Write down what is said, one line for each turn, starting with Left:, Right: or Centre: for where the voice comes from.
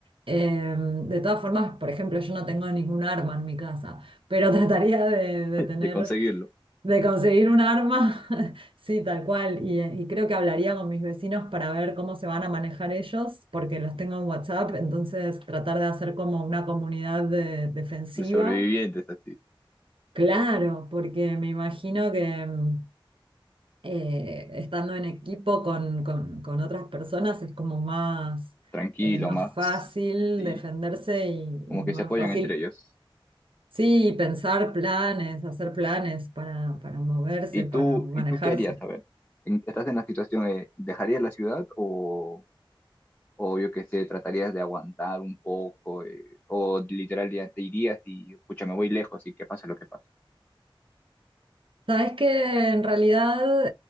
Right: Eh, de todas formas, por ejemplo, yo no tengo ningún arma en mi casa, pero <laughs> trataría de, de
Left: de
Right: tener
Left: conseguirlo,
Right: de conseguir un arma, <laughs> sí, tal cual. Y, eh, y creo que hablaría con mis vecinos para ver cómo se van a manejar ellos, porque los tengo en WhatsApp, entonces tratar de hacer como una comunidad de- defensiva.
Left: de sobrevivientes, así,
Right: Claro, porque me imagino que mm, eh, estando en equipo con, con- con otras personas es como más,
Left: tranquilo,
Right: eh, más
Left: más.
Right: fácil
Left: sí,
Right: defenderse y, y
Left: como
Right: más
Left: que se apoyan
Right: fácil,
Left: entre ellos.
Right: sí, pensar planes, hacer planes para, para moverse,
Left: ¿Y
Right: para
Left: tú,
Right: manejarse.
Left: y tú qué harías? A ver, en- estás en la situación, eh, ¿dejarías la ciudad o, o yo qué sé, tratarías de aguantar un poco? eh, o literal ya te irías y, pucha, me voy lejos y que pase lo que pase.
Right: Sabes que en realidad